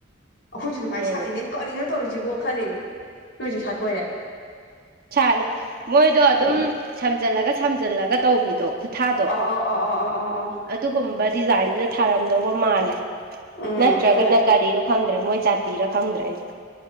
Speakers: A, on the left (about 65°); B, on the right (about 50°).
A: ꯑꯩꯈꯣꯏꯁꯨ ꯑꯗꯨꯃꯥꯏꯅ
B: ꯎꯝ
A: ꯁꯥꯠꯂꯤꯉꯩꯩꯅ ꯀꯛꯂꯤꯅꯣ ꯇꯧꯔꯤꯁꯤꯕꯣ ꯈꯜꯂꯤꯅꯦ ꯅꯣꯏꯁꯨ ꯁꯥꯠꯄ ꯑꯣꯏꯔꯦ
B: ꯁꯥꯠꯂꯦ ꯃꯣꯏꯗꯣ ꯑꯗꯨꯝ
A: ꯎꯝ
B: ꯁꯝꯖꯜꯂꯒ ꯁꯝꯖꯜꯂꯒ ꯇꯧꯕꯤꯗꯣ ꯈꯨꯠꯊꯥꯗꯣ
A: ꯑꯣ ꯑꯣ ꯑꯣ ꯑꯣ ꯑꯣ ꯑꯣ ꯑꯣ
B: ꯑꯗꯨꯒꯨꯝꯕ ꯗꯤꯖꯥꯏꯟꯗꯨꯗ ꯊꯥꯔꯝꯗꯧꯕ ꯃꯥꯜꯂꯦ
A: ꯎꯝ
B: ꯅꯠꯇ꯭ꯔꯒꯅ
A: ꯑꯩꯈꯣꯏꯁꯨ
B: ꯀꯔꯤꯅꯣ ꯈꯪꯗ꯭ꯔꯦ ꯃꯣꯏ ꯖꯥꯇꯤꯔ ꯈꯪꯗ꯭ꯔꯦ ꯑꯩꯁꯦ